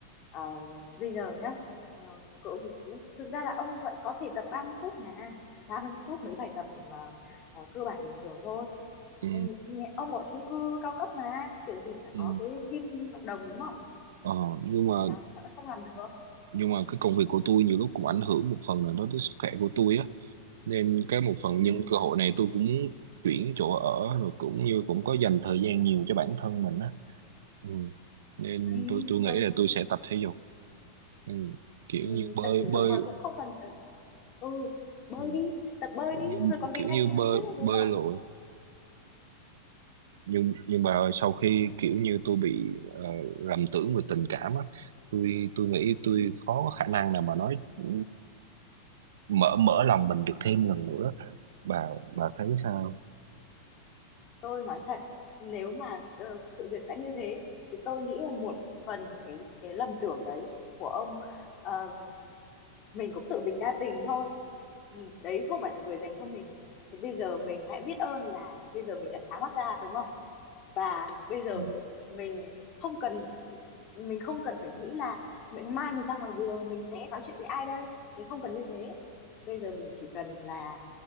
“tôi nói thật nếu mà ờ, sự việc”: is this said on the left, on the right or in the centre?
Left